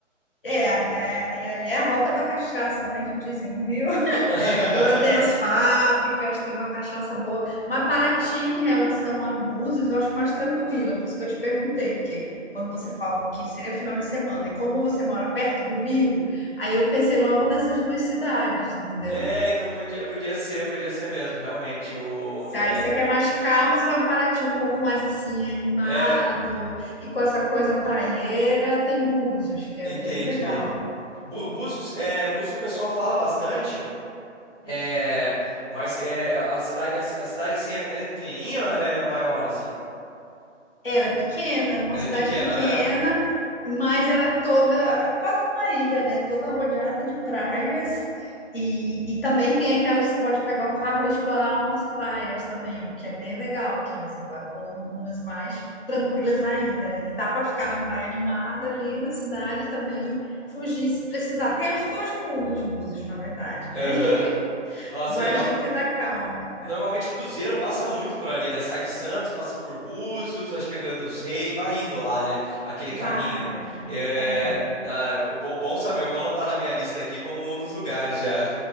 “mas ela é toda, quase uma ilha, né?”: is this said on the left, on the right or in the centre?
Left